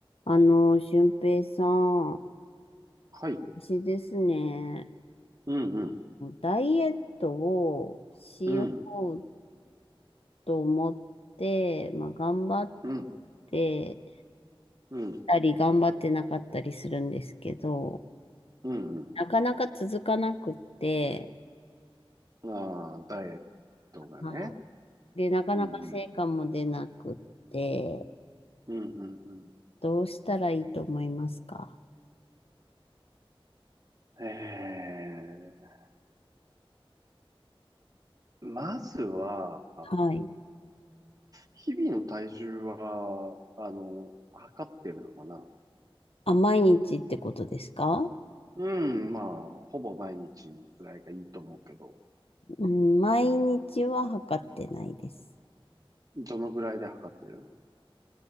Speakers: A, on the left; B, on the right.
A: あの、俊平さん、
B: はい。
A: 私ですね、
B: うんうん。
A: ダイエットをしよう
B: うん。
A: と思って、まあ、頑張っ
B: うん。
A: て
B: うん。
A: たり、頑張ってなかったりするんですけど、
B: うん
A: なかなか続かなくって、
B: うん。ああ、ダイエットがね。
A: はいで、なかなか成果も出なくって、
B: うんうん。うんうんうん。
A: どうしたらいいと思いますか
B: えー、まずは、
A: はい。
B: 日々の体重は、あの、測ってるのかな
A: あ、毎日ってことですか
B: うん、まあ、ほぼ毎日ぐらいがいいと思うけど。
A: うん、毎日は測ってないです。
B: どのぐらいで測ってる